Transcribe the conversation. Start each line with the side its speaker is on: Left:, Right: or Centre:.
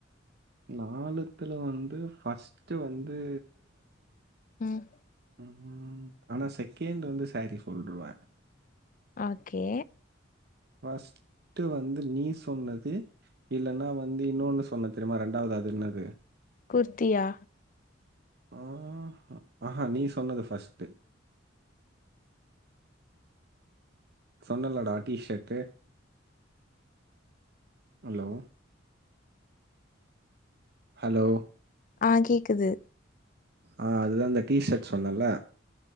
Right: நாலுத்துல வந்து ஃபர்ஸ்ட்டு வந்து
Left: ம்
Right: ம் ஆனா செகேண்ட் வந்து சேரீ சொல்ருவே
Left: ஓகே
Right: பஸ்ட்டு வந்து நீ சொன்னது இல்லன்னா வந்து இன்னொன்னு சொன்ன தெரியுமா ரெண்டாவது அது என்னது
Left: குர்த்தியா
Right: ஆ அஹ நீ சொன்னது ஃபர்ஸ்ட்டு சொன்னல்லடா டிஷர்ட்டு ஹலோ ஹலோ
Left: ஆ கேக்குது
Right: ஆ அதுதான் அந்த டீஷர்ட் சொன்னேல்ல